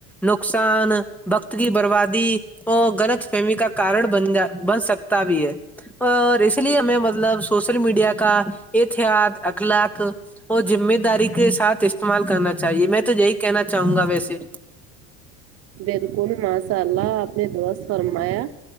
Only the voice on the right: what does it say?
بالکل ماشاء اللہ آپ نے درست فرمایا